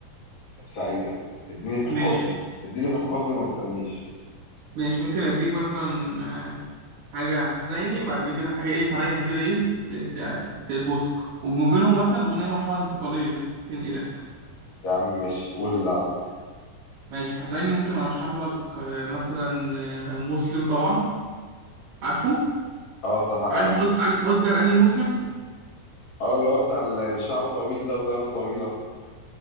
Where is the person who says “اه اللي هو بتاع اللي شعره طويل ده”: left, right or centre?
Left